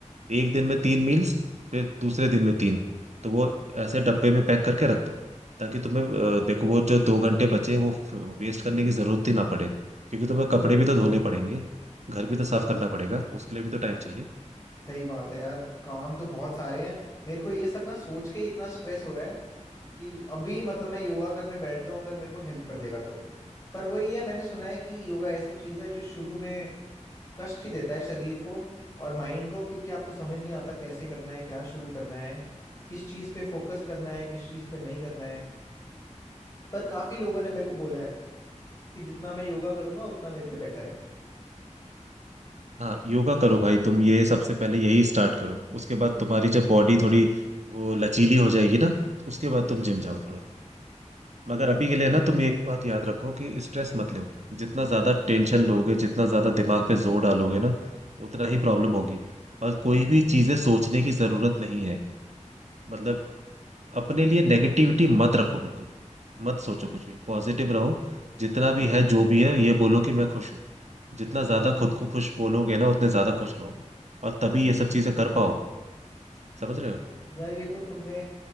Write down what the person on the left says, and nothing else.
सही बात है यार काम तो बहुत सारे हैं मेरे को ये सब ना सोच के इतना स्ट्रेस हो रहा है कि अभी मतलब मैं योगा करने बैठ जाऊं अगर मेरे को हेल्प कर देगा तो पर वही है मैंने सुना है कि योगा ऐसी चीज है जो शुरू में कष्ट ही देता है शरीर को और माइंड को क्योंकि आपको समझ नहीं आता कैसे करना है क्या शुरू करना है किस चीज पे फोकस करना है किस चीज पे नहीं करना है पर काफी लोगों ने मेरे को बोला है कि जितना मैं योगा करूंगा उतना मेरे लिए बेटर है
यार ये तो तुमने